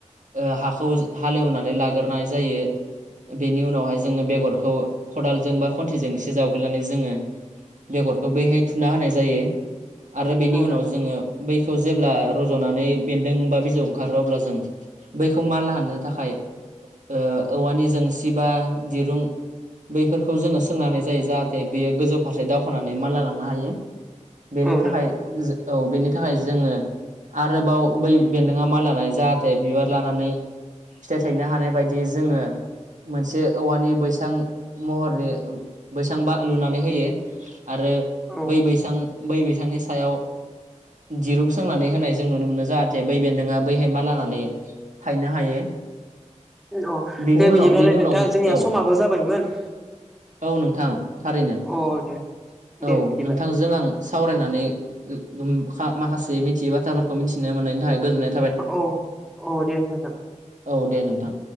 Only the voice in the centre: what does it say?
औ
नोंथां
औ
नोंथां
औ
अ
दे
बिदिब्लालाय
नोंथां जोंनिया
समाबो जाबायमोन।
अ दे दे
बिदिबा
औ औ दे नोंथां।